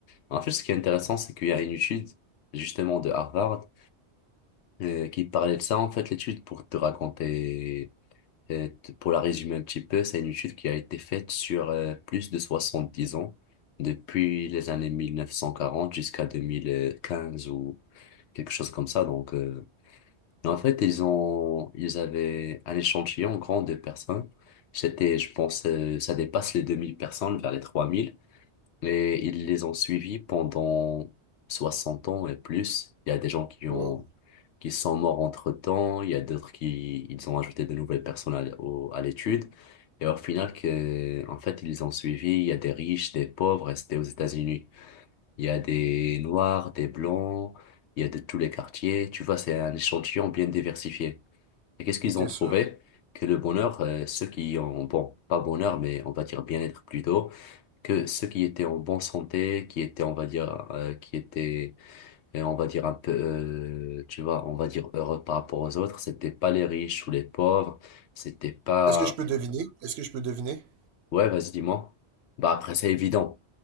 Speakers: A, on the left; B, on the right.
A: En fait, ce qui est intéressant, c'est qu'il y a une étude, justement, de Harvard euh, qui parlait de ça. En fait, l'étude, pour te raconter, euh, t- pour la résumer un petit peu, c'est une étude qui a été faite sur euh, plus de soixante dix ans, depuis les années 1940 jusqu'à 2015 ou quelque chose comme ça. Donc, euh, en fait, ils ont, ils avaient un échantillon grand de personnes. C'était, je pense, euh, ça dépasse les 2000 personnes, vers les 3000. Et ils les ont suivis pendant 60 ans et plus. Il y a des gens qui
B: Wow.
A: ont, qui sont morts entre-temps. Il y a d'autres qui, ils ont ajouté de nouvelles personnes à, au- à l'étude. Et au final, que, en fait, ils les ont suivis. Il y a des riches, des pauvres, et c'était aux États-Unis. Il y a des noirs, des blancs. Il y a de tous les quartiers. Tu vois, c'est un échantillon bien diversifié. Et qu'est-ce qu'ils
B: Bien
A: ont trouvé?
B: sûr.
A: Que le bonheur, euh, ceux qui ont, bon, pas bonheur, mais on va dire bien-être plutôt, que ceux qui étaient en bonne santé, qui étaient, on va dire, euh, qui étaient, euh, on va dire un peu, euh, tu vois, on va dire heureux par rapport aux autres, c'était pas les riches ou les pauvres, c'était pas,
B: Est-ce que je peux deviner? Est-ce que je peux deviner?
A: ouais, vas-y, dis-moi. Bah après, c'est évident,